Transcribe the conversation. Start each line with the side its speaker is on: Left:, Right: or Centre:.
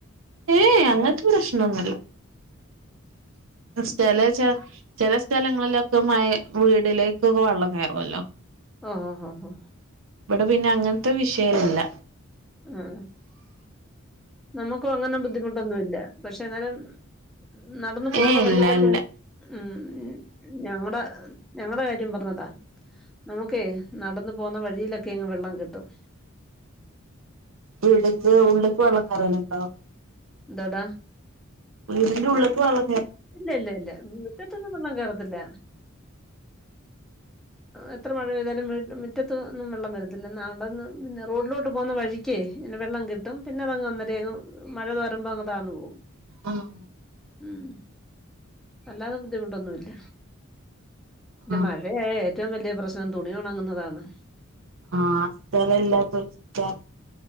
Right: ഏ ഏഅങ്ങന് തെ പ്രശ്നൊന്നുല്ല സ്ഥലേചാ ചെല സ്ഥലങ്ങളിലൊകെ മഴ വീടിലേകൊകെ വെള്ളം കയറല്ലോ
Centre: ഓഹോ ഹോ ഹോ
Right: പിന്നെ അങ്ങന് തെ വിഷയൊന്നുല്ല
Centre: മ്മ് നമ്മകും അങ്ങനെ ബുദ്ധിമുട്ടൊന്നുല്യ പശെ ന്നാലും നടന്നു പോകുന്ന
Right: ഏ ഇല്ല
Centre: വഴിയിലൊക്കെ
Right: ഇല്ല
Centre: ഉം ഞങ്ങടെ ഞങ്ങടെ കാര്യം പറഞ്ഞതാ നമുക്കേ നടന്നു പോവുന്ന വഴിയിലൊക്കെങ്ങ് വെള്ളം കെട്ടും
Right: വീടക്ക് ഉള്ളക്ക് വെള്ളം കേറലൊണ്ടോ
Centre: ഡട
Right: പുനീത്തിന്റെ ഉള്ളക്ക് വെള്ള
Centre: ഇല്ല ഇല്ല ഇല്ല മുറ്റത്തൊന്നും വെള്ളം കേറത്തില്ല എത്ര മഴ പെയ്താലും മുറ്റത്ത ഒന്നും വെള്ളം വരത്തില്ല എന്ന അന്ന് റോഡിലോട്ട് പോകുന്ന വഴി കെ വെള്ളം കിട്ടും പിന്നെ അതങ്ങ് അന്നേരഅങ്ങ് മഴ മ്പ അങ്ങ് താന്നുപോവും
Right: ആഹ്
Centre: ഉം അല്ലാതെ ബുദ്ധിമുട്ടൊന്നുമില്ല
Right: ആഹ്
Centre: മഴയായ ഏറ്റോം വലിയ പ്രശ്നം തുണി ഉണങ്ങുന്നതാണ്
Right: ആഹ് സ്ഥലല്ലാത്ത ചിറ്റ